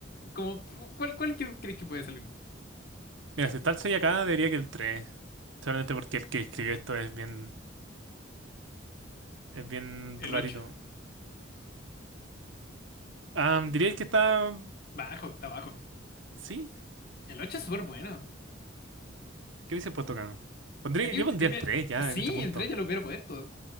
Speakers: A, on the left; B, on the right.
A: Como, ¿cuál, cuál que crees que puede salir?
B: Mira, si está el 6 acá, diría que el tres Solamente porque el que escribió esto es bien, es bien
A: El
B: rarito.
A: ocho
B: Ah, diríais que está.
A: Bajo, está bajo.
B: Sí,
A: El 8 es súper bueno.
B: ¿qué hubiese puesto acá? Pondría,
A: Aquí,
B: yo pondría
A: mira,
B: el 3 ya
A: sí,
B: en este punto.
A: el 3 ya lo hubiera puesto.